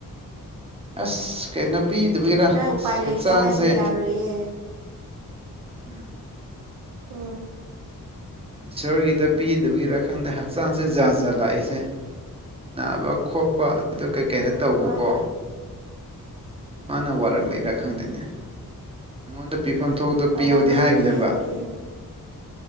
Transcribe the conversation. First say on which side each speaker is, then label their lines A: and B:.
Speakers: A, on the right; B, on the right.
A: ꯑꯁ ꯀꯩꯅꯣ ꯄꯤꯗꯕꯤꯒꯤꯔ
B: ꯅꯪ ꯎꯄꯥꯏ
A: ꯍꯛꯆꯥꯡꯁꯦ
B: ꯂꯩꯇꯦ ꯍꯥꯏꯕ ꯌꯥꯔꯣꯏꯌꯦ
A: ꯎꯝ
B: ꯎ
A: ꯏꯁꯣꯔꯒꯤꯗ ꯄꯤꯗꯕꯒꯤꯔ ꯈꯪꯗꯦ ꯍꯛꯆꯥꯡꯁꯦ ꯖꯥꯠ ꯖꯥꯠ ꯂꯥꯛꯏꯁꯦ ꯅꯥꯕ ꯈꯣꯠꯄ ꯑꯗꯨ ꯀꯩꯀꯩꯅ
B: ꯎꯝ
A: ꯇꯧꯕꯀꯣ
B: ꯍꯣꯏ
A: ꯃꯥꯅ ꯋꯥꯔꯛꯂꯤꯔꯥ
B: ꯎꯝ
A: ꯈꯪꯗꯦꯅꯦꯉꯣꯟꯗ ꯄꯤꯐꯝ ꯊꯣꯛꯇ
B: ꯑꯣꯏꯔꯝꯃꯅꯤꯌꯦ
A: ꯄꯤꯌꯣꯗꯤ ꯍꯥꯏꯕꯅꯦꯕ
B: ꯑꯗꯨꯗꯤ